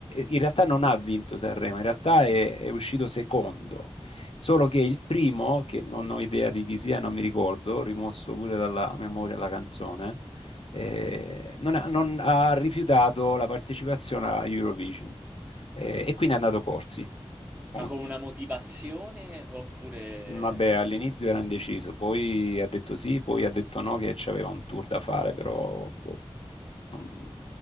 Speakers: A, on the left; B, on the right.
A: in realtà non ha vinto Sanremo, in realtà è, è uscito secondo, solo che il primo, che non ho idea di chi sia, non mi ricordo, rimosso pure dalla memoria la canzone, eh, non ha non ha rifiutato la partecipazione a Eurovision. Eh, e quindi è andato Corsi. Con-
B: Ma con
A: mm,
B: una motivazione oppure...
A: Vabbè, all'inizio era indeciso, poi ha detto sì, poi ha detto no, che c'aveva un tour da fare, però boh, non- un